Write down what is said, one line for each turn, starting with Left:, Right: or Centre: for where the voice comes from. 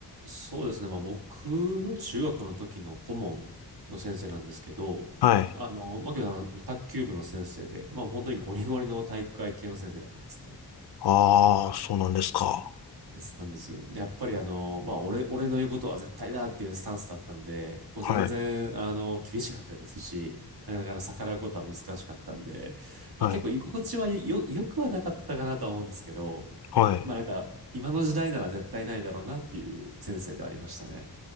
Right: そうですね。まあ、僕の中学の時の顧問の先生なんですけど、
Left: はい。
Right: あの、まあ、けどあの、卓球部の先生で、まあ、本当にゴリゴリの体育会系の先生だったんですね。
Left: ああ、そうなんですか。
Right: です、なんですよ。でやっぱりあの、まあ、俺、俺の言うことは絶対だっていうスタンスだったんで、もう全然、
Left: はい。
Right: あの、厳しかったですし、なかなか逆らうことは難しかったんで、
Left: はい。
Right: まあ、結構居心地はよ、よくはなかったかなとは思うんですけど、
Left: はい。
Right: まあ、なんか、今の時代なら絶対ないだろうなっていう先生ではありましたね。